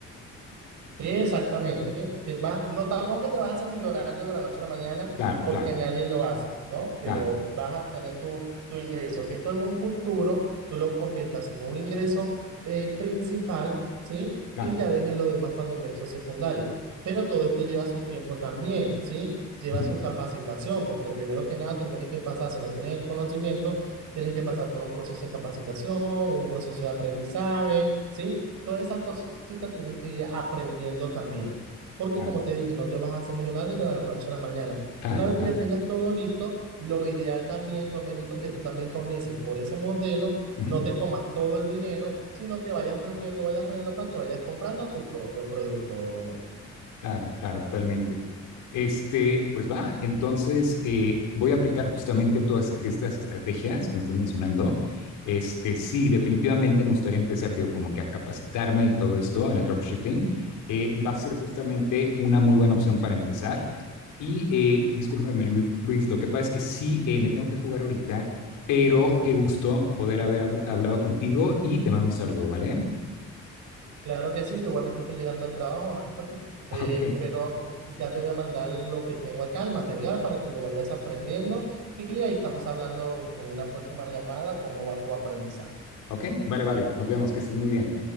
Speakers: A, on the right (about 75°); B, on the left (about 90°).
A: Exactamente. Te vas- no, tampoco que te vas a hacer millonario de la noche a la mañana
B: Claro,
A: porque
B: claro,
A: nadie lo hace, ¿no? Pero
B: claro,
A: vas a tener tu, tu ingreso, que esto en un futuro tú lo conviertas en un ingreso eh, principal, ¿sí?
B: claro,
A: Y ya dejes lo demás para un ingreso secundario. Pero todo esto lleva su tiempo también, ¿sí? Lleva
B: ujú,
A: su capacitación, porque primero que nada tú tienes que pasar, si no tienes el conocimiento, tienes que pasar por un proceso de capacitación, un proceso de aprendizaje, ¿sí? Todas esas cositas tienes que ir aprendiendo también. Porque
B: claro,
A: como te dije, no te vas a hacer millonario de la noche a la mañana.
B: claro,
A: Una vez que
B: claro.
A: ya tengas todo listo, lo ideal también, Doménico, que tú también comiences por ese modelo,
B: ujú.
A: no te comas todo el dinero, sino que vayas reuniendo, vayas reuniendo para que vayas comprando tu propio producto, Doménico.
B: Claro, claro, totalmente. Este, pues va, entonces eh, voy a aplicar justamente todas estas estrategias que me estás mencionando. Este, sí, definitivamente me gustaría empezar, digo, como que a capacitarme y todo esto en el dropshipping. Eh, va a ser justamente una muy buena opción para empezar. Y eh, discúlpame, Lu- Luis, lo que pasa es que sí, eh, me tengo que fugar ahorita, pero qué gusto poder haber habl- hablado contigo y te mando un saludo, ¿vale?
A: Claro que sí, yo igualmente estoy llegando al trabajo, <laughs> eh,
B: <laughs>
A: pero ya te voy a mandar lo que tengo acá, el material, para que lo vayas aprendiendo y ahí estamos hablando en una próxima llamada cómo va tu aprendizaje.
B: Ok, ok, vale, vale, nos vemos, que estés muy bien.